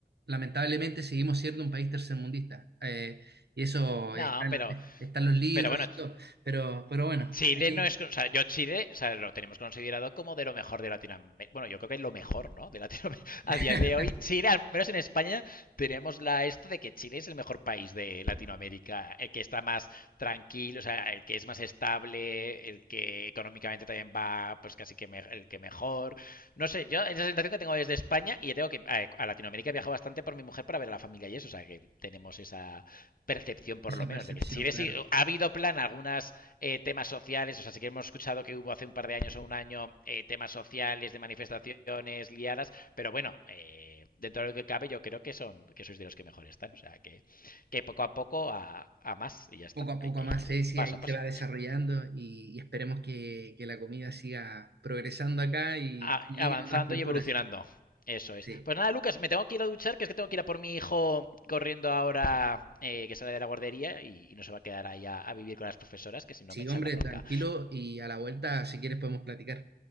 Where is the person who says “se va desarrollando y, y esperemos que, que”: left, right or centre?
Right